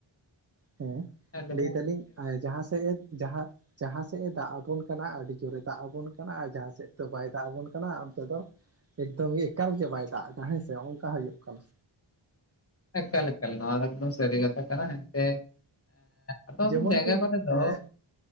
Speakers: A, on the right (about 35°); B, on the left (about 30°).
A: ᱦᱮᱸ
B: ᱮᱠᱟᱞ
A: ᱞᱟᱹᱭ ᱫᱟᱞᱤᱧ ᱡᱟᱦᱟᱸ ᱥᱮᱫ ᱡᱟᱦᱟᱸ ᱡᱟᱦᱟᱸ ᱥᱮᱫ ᱮ ᱫᱟᱜ ᱟᱵᱚᱱ ᱠᱟᱱᱟ ᱟᱹᱰᱤ ᱡᱳᱨᱮ ᱫᱟᱜ ᱟᱵᱚᱱ ᱠᱟᱱᱟ ᱟᱨ ᱡᱟᱦᱟᱸ ᱥᱮᱫ ᱫᱚ ᱵᱟᱭ ᱫᱟᱜ ᱟᱵᱚᱱ ᱠᱟᱱᱟ ᱚᱱᱛᱮ ᱫᱚ ᱮᱠᱫᱚᱢ ᱜᱮ ᱮᱠᱟᱞ ᱜᱮ ᱵᱟᱭ ᱫᱟᱜ ᱟᱠᱟᱫᱟ ᱦᱮᱥᱮ ᱳᱠᱟ ᱦᱩᱭᱩᱠᱟᱱᱟ
B: ᱮᱠᱟᱞ ᱮᱠᱟᱞ ᱱᱚᱣᱟ ᱫᱚ ᱮᱠᱫᱚᱢ ᱥᱟᱹᱨᱤ ᱠᱟᱛᱷᱟ ᱠᱟᱱᱟ ᱮᱱᱛᱮ ᱚᱠᱟ ᱚᱠᱟ
A: ᱡᱮᱢᱚᱱ
B: ᱡᱟᱭᱜᱟ
A: ᱵᱤᱱ
B: ᱠᱚᱨᱮ ᱫᱚ
A: ᱦᱮᱸ